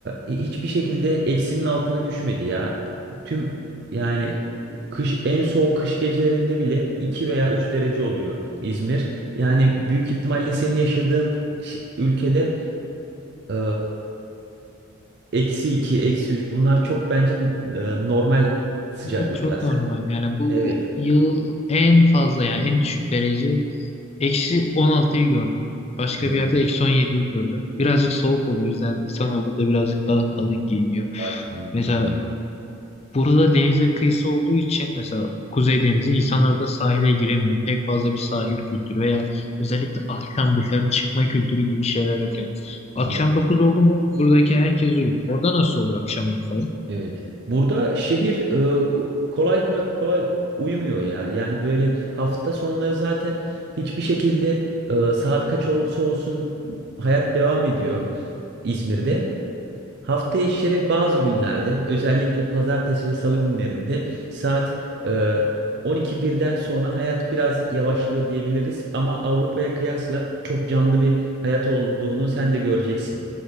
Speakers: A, on the right; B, on the left.
A: hiçbir şekilde eksinin altına düşmedi ya. Tüm yani kış en soğuk kış gecelerinde bile 2 veya 3 derece oluyor İzmir. Yani büyük ihtimalle senin yaşadığın ş- ülkede e, eksi 2, eksi üç bunlar çok bence e, normal sıcaklıklar.
B: Evet çok normal. Yani bu
A: Evet.
B: yıl en fazla yani en düşük derece eksi 16'yı gördüm. Başka
A: Yok,
B: bir yerde eksi 17'yi gördüm. Birazcık soğuk oluyor. O yüzden insanlar burada birazcık daha kalın giyiniyor.
A: daha kalın
B: Mesela
A: ya.
B: Burada denize kıyısı olduğu için mesela Kuzey Denizi insanlar da sahile giremiyor. Pek fazla bir sahil kültürü veya özellikle akşam dışarı çıkma kültürü gibi şeyler yok yani. Akşam
A: Yok.
B: 9 oldu mu buradaki herkes uyuyor. Orada nasıl oluyor akşamları falan?
A: Evet. Burada şehir e, ko- kolay kolay kolay uyumuyor ya. Yani böyle hafta sonları zaten hiçbir şekilde e, saat kaç olursa olsun hayat devam ediyor İzmir'de. Hafta işleri bazı günlerde özellikle pazartesi ve salı günlerinde saat e, 12 birden sonra hayat biraz yavaşlıyor diyebiliriz. Ama Avrupa'ya kıyasla çok canlı bir hayat olduğunu sen de göreceksin